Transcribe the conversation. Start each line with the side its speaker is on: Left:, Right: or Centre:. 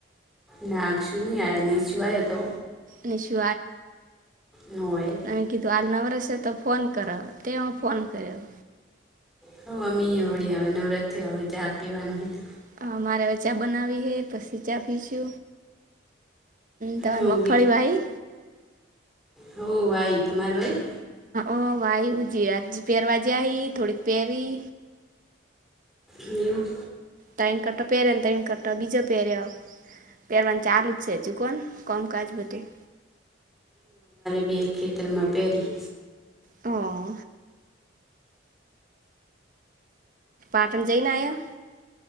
Centre: નાખ શું નહી, આ નીચું આવયો હતો
Right: નિશુ,
Centre: ન હોય
Right: નમે ગીત વાલ નવા તો ફોન કર તે ફોન કરે્યો
Centre: હ, અમી વળી આવે નવરત આવે ચા પીવાનું હોય.
Right: હ, મારે હવે ચા બનાવી હે પછી ચા પીશુ તર
Centre: હો
Right: મગફળી
Centre: બી
Right: ભાઈ
Centre: હો, ભાઈ તમારે ભાઈ
Right: ઓ ભાઈ હ, જે આજ પેરવાજ આવી થોડીક પેરી
Centre: ન્યૂ
Right: તૈણ કટ પહેરને તણ કટ બીજો પહેર્યો પહેરવાને ચાલુ જ છે ચુકોન કોમ કાજ બધું.
Centre: વીર ખિતરમાં પેરી
Right: હા. પાટણ જઈને આયા.